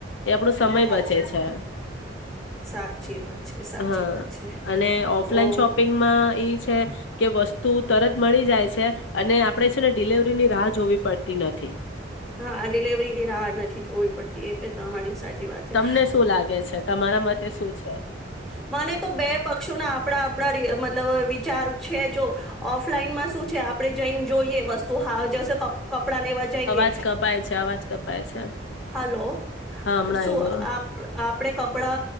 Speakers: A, on the left; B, in the centre.
A: એ આપડો સમય
B: સાચી
A: બચે
B: વાત
A: છે.
B: સાચી વાત છે સાચી
A: હા
B: વાત છે
A: અને ઓફલાઈન
B: ઓ
A: શોપિંગમાં ઈ છે કે વસ્તુ તું તરત મળી જાય છે અને આપણેે છે ને ડિલવરીની રાહ જોવી પડતી નથી.
B: હા ડિલવરી ની રાહ નથી જોવી પડતી એ પે તમારી સાચી વાત છે
A: તમને શું લાગે છે તમારા મતે શું છે
B: મને તો બે પક્ષોના આપણા મતલબ વિચાર છે જો ઓફલાઈનમાં શું આપડે જઈને જોઈએ વસ્તુ તું હા જસ કપ કપડાં લેવા જઈએ.
A: અજ કપાય છે અવાજ કપાય છે
B: હલો
A: હા હમણાં
B: શું
A: આય્વો.
B: આપ આપણે કપડા